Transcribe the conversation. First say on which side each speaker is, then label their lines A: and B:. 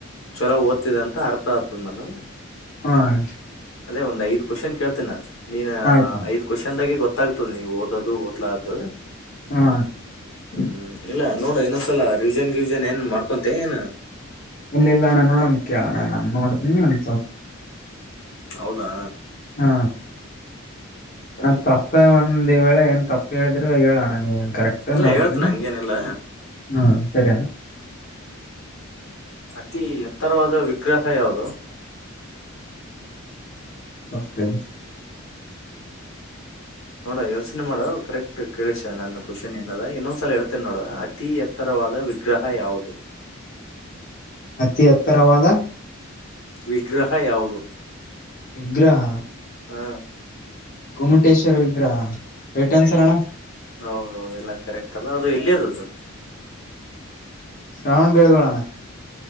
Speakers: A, on the left (about 70°); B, on the left (about 40°).
A: ಚಲೋ ಒದ್. <unintelligible> ಅರ್ಥ ಆತದ ನಾನು.
B: ಹ ಅಣ
A: ಅದೇ ಒಂದ್ ಐದ್ ಕ್ವೆಶನ್ ಕೇಳ್ತಿನ್ ನಾನು. ನೀನು
B: ಆಯ್ತ ಅಣ್ಣ
A: ಐದ್ ಕ್ವಶನ್ದಾಗೆ ಗೊತ್ತ ಗೊತ್ತಾಗ್ತದೆ ನೀವು ಓದೋದು ಓದಲಾರ್ದದು.
B: ಹಾ.
A: ಹ್ಮ್ ಇಲ್ಲ ನೋಡ ಇನ್ನೊಂದ್ಸಲ ರಿವಿಜನ್ ಗಿವಿಜನ್ ಏನ್ ಮಾಡ್ಕೊಂತೆ ಏನ್.
B: ಇಲ್ಲ ಇಲ್ಲ ಅಣ್ಣ ನೋಡಮ್ಮ ಅಣ್ಣ ನಾನ್ ನೋಡನವ ಒಂದ ಸ್ವಲ್ಪ.
A: ಹೌದಾ.
B: ಹಾ.
A: ಕಡಿಪ
B: ನಂದು ತಪ್ಪೇ ಒಂದ ವೇಳೆ ಏನ್ ತಪ್ಪ. ಹೇಲ್ದಿದ್ರೆ ಹೇಳೋಣ ನೀ. ಕರೆಕ್ಟ್
A: ಇಲ್ಲ
B: ನೋಡ್ತಿನಿ
A: ಹೇಳ್ತೇನೆ ಹಂಗೇನಿಲ್ಲ
B: ಹ ಸರಿಯಣ.
A: ಅತಿ ಎತ್ತರವಾದ ವಿಗ್ರಹ ಯಾವುದು.
B: ಹ.
A: ನೋಡ ಯೋಚನೆ ಮಾಡ ಕರೆಕ್ಟ್ ಕೇಳಸ ನನ್ನ ಕ್ವಶನ್ ಏನದ ಇನ್ನೊಂದ್ಸಲ ಹೇಳ್ತೇನ ನೋಡ ಅತಿ ಎತ್ತರವಾದ ವಿಗ್ರಹ ಯಾವುದು.
B: ಅತಿ ಎತ್ತರವಾದ.
A: ವಿಗ್ರಹ ಯಾವುದು.
B: ವಿಗ್ರಹ.
A: ಹ್ಮ.
B: ಗೊಮ್ಮಟೇಶ್ವರ ವಿಗ್ರಹ. ರೈಟ್ ಆನ್ಸರ್ ಅಣ್ಣ
A: ಹೌದೌದು ಎಲ್ಲಾ ಕರೆಕ್ಟ್ ಅದ ಅದು ಎಲ್ಲಿ ಅದದು.
B: ಶ್ರಾವಣ್ ಬೆಳ್ಗೋಳ ಅಣ್ಣ.